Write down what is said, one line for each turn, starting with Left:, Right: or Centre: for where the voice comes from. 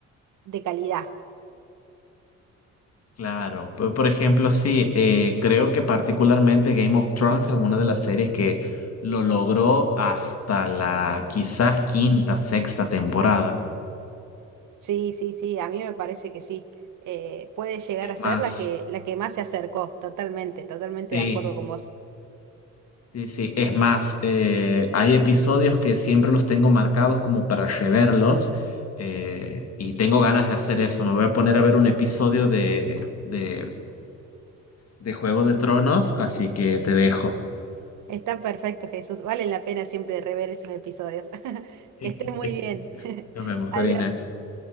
Right: de calidad.
Left: claro. Por, por ejemplo, sí, eh, creo que particularmente Game of Thrones es una de las series que lo logró hasta la quizás quinta, sexta temporada.
Right: Sí, sí, sí, a mí me parece que sí. Eh, puede llegar
Left: Es
Right: a ser
Left: más,
Right: la que, la que más se acercó, totalmente, totalmente
Left: sí,
Right: de acuerdo con vos.
Left: sí, sí. Es
Right: Sí,
Left: más,
Right: sí.
Left: eh, hay episodios que siempre los tengo marcados como para reverlos eh, y tengo ganas de hacer eso. Me voy a poner a ver un episodio de, de, de Juego de Tronos, así que te dejo.
Right: Está perfecto, Jesús. Vale la pena siempre rever esos episodios. <laughs>
Left: <laughs>
Right: Que estés muy bien. <laughs>
Left: Nos vemos, Corina.
Right: Adiós.